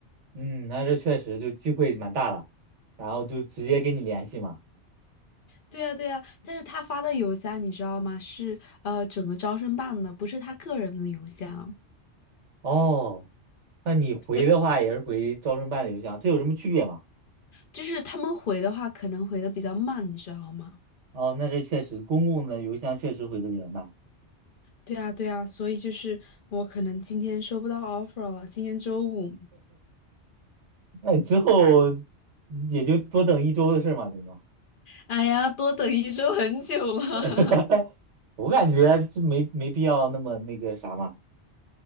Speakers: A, on the right; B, on the left.
A: 嗯，那这确实就机会蛮大了，然后就直接跟你联系嘛。
B: 对呀，对呀。但是他发的邮箱你知道吗？是呃整个招生办的，不是他个人的邮箱。
A: 哦，那你回的话也是回招生办的邮箱，
B: 对
A: 这有什么区别吗？
B: 就是他们回的话，可能回的比较慢，你知道吗？
A: 哦，那这确实公共的邮箱确实回的比较慢，
B: 对啊，对啊，所以就是我可能今天收不到 offer 了，今天周五，
A: 那之后也就多等一周的事儿嘛，对吗？
B: 哎呀，多等一周很久了，
A: <laughs> 我感觉就没没必要那么那个啥嘛。